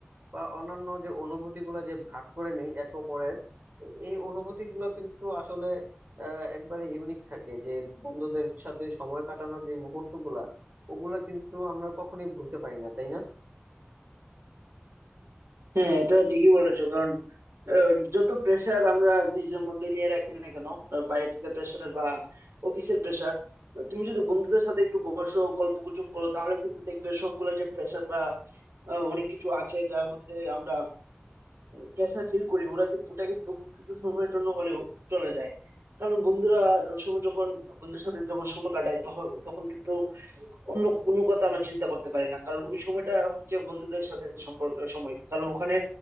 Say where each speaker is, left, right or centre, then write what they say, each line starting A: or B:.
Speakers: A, on the right; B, on the right.
A: বা অন্যান্য যে অনুভূতিগুলো যে ভাগ করে নেই একে অপরের এই অনুভূতি গুলো কিন্তু আসলে আহ, একবারে ইউনিক থাকে যে বন্ধুদের সাথে সময় কাটানোর যে মুহূর্ত গুলা ওগুলা কিন্তু আমরা কখনোই ভুলতে পারি না তাই না
B: হ্যাঁ এটা ঠিকই বলেছো কারণ আহ, যত প্রেশার আমরা নিজের মধ্যে নিয়ে রাখি না কেন আহ, বাইরে থেকে প্রেশার বা অফিসের প্রেশার তুমি যদি বন্ধুদের সাথে একটু বসো গল্প গুজব করো তাহলে কিন্তু দেখবে সবগুলো যে প্রেশার বা আহ, অনেক কিছু আছে যার মধ্যে আমরা প্রেশার ফিল করি ওরা কিন্তু ওটা কিন্তু কিছু সময়ের জন্য হলেও চলে যায় কারণ বন্ধুরা সব যখন বন্ধুদের সাথে যখন সময় কাটায় তখন তখন কিন্তু অন্য কোনো কথা আমরা চিন্তা করতে পারি না কারণ ওই সময়টা হচ্ছে বন্ধুদের সাথে সম্পর্ক সময় কারণ ওখানে